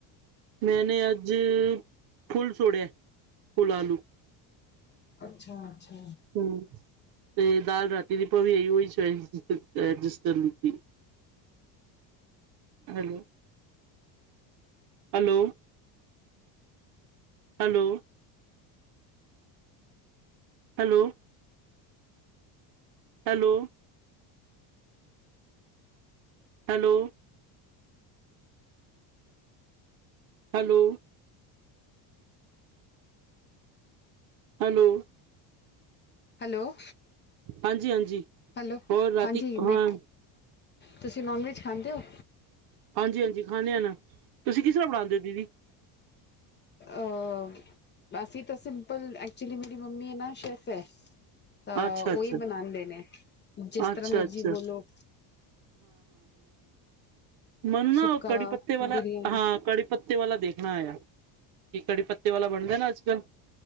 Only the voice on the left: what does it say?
ਅੱਛਾ ਅੱਛਾ,
Hello
hello
ਹਾਂਜੀ ਮੈਂ
ਤੁਸੀਂ ਨੋਨ ਵੈਜ ਖਾਂਦੇ ਹੋ।
ਆਹ ਬਸ ਤਾਂ ਸਿੰਪਲ ਐਕਚੁਲੀ ਮੇਰੀ ਮੰਮੀ ਹੈ ਨਾ ਸ਼ੈਫ ਹੈ। ਤਾਂ
ਉਹੀ
ਬਣਾਂਦੇ ਨੇ। ਜਿਸ ਤਰ੍ਹਾਂ
ਮਰਜ਼ੀ
ਬੋਲੋ।
ਸੁੱਕਾ
ਬਿਰਯਾਨੀ